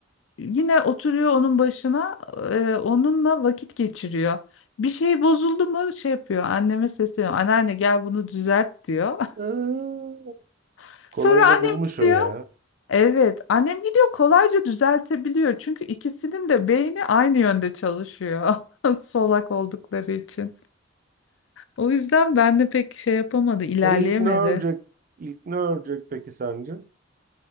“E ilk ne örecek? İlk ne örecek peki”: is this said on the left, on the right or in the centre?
Right